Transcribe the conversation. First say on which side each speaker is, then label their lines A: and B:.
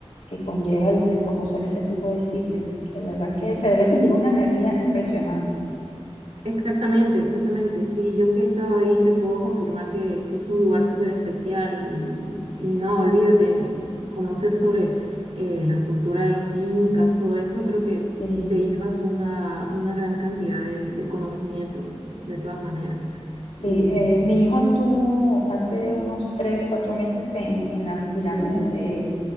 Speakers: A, on the left (about 80°); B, on the right (about 75°).
A: que conlleva el, el conocer ese tipo de sitios. De verdad que se debe sentir una energía impresionante.
B: Exactamente, exactamente. Sí, yo que he estado ahí te puedo confirmar que, que es un lugar súper especial y, y no, olvídate, y conocer sobre eh, la cultura de los incas, todo eso, creo que
A: Sí.
B: te llevas una, una gran cantidad de, de conocimiento de todas maneras.
A: Sí,
B: Y,
A: eh, mi hijo estuvo hace unos tres, cuatro meses en, en las pirámides de,